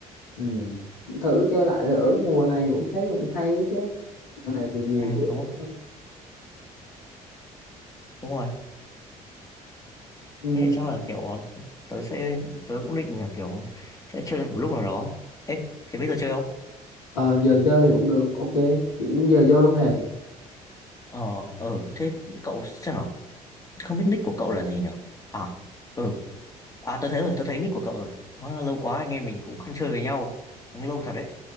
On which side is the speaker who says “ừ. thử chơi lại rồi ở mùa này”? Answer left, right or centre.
Left